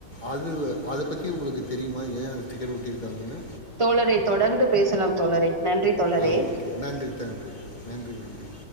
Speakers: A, on the left (about 25°); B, on the right (about 20°).
A: அதுவே அத பத்தி உங்களுக்கு தெரியுமா ஏ அத டிக்கர் ஒட்டியிருக்காங்கன்னு
B: தோழரே தொடர்ந்து பேசலா தோழரே நன்றி தோழரே
A: ஆ ஓகே நன்றி தன்றி நன்றி நன்றி